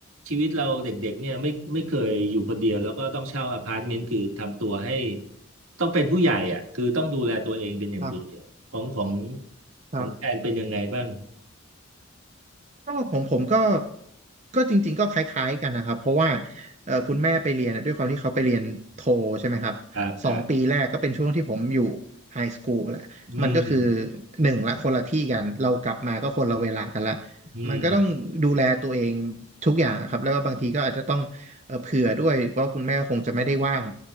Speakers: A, on the right (about 75°); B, on the right (about 35°).
A: ชีวิตเราเด็กๆเนี่ยไม่ไม่เคยอยู่คนเดียวแล้วก็ต้องเช่าอพาร์ตเมนต์คือทำตัวให้ต้องเป็นผู้ใหญ่อ่ะคือต้องดูแลตัวเองเป็นอย่างดีอะของของ
B: ครับครับ
A: ของแอนเป็นยังไงบ้าง
B: ก็ผมผมก็ก็จริงๆก็คล้ายๆกันนะครับเพราะว่าเอ่อคุณแม่ไปเรียนอะด้วยความที่เขาไปเรียนโทใช่ไหมครับสองปีแรกก็เป็นช่วงที่ผมอยู่ไฮสคูลแหละมันก็คือ
A: ครับครับอืม
B: หนึ่งละคนละที่กันเรากลับมาก็คนละเวลากันละ
A: อืม
B: มันก็ต้องดูแลตัวเองทุกอย่างครับแล้วก็บางทีก็อาจจะต้องเอ่อเผื่อด้วยว่าคุณแม่คงจะไม่ได้ว่าง